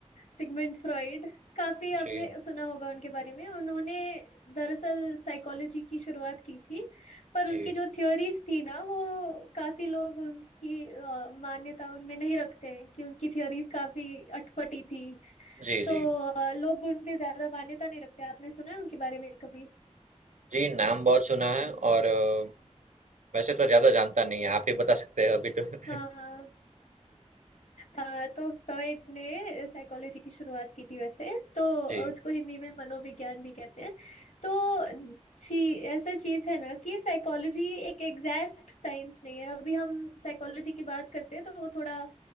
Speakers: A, on the left; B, on the right.
A: Sigmund Freud काफी आपने
B: जी
A: सुना होगा उनके बारे में उन्होंने दरअसल साइकोलॉजी की शुरुआत की थी पर
B: जी
A: उनकी जो थ्योरीज थी ना वो काफी लोग उनकी अ, मान्यता उनमें नहीं रखते हैं कि उनकी थ्योरीज काफी अटपटी थी
B: जी जी
A: तो
B: जी
A: अ, लोग उन पे ज्यादा मान्यता नहीं रखते आपने सुना है उनके बारे में कभी
B: जी नाम बहुत सुना है और अ, वैसे तो ज़्यादा जानता नहीं है आप ही बता सकते हैं अभी तो <laughs>
A: हाँ
B: जी
A: हाँ अ, तो फ्रॉइड ने साइकोलॉजी की शुरुआत की थी वैसे तो
B: जी
A: उसको हिंदी में मनोविज्ञान भी कहते हैं तो ची, ऐसा चीज है ना कि साइकोलॉजी एक एग्जैक्ट साइंस नहीं है अभी हम साइकोलॉजी की बात करते हैं तो वो थोड़ा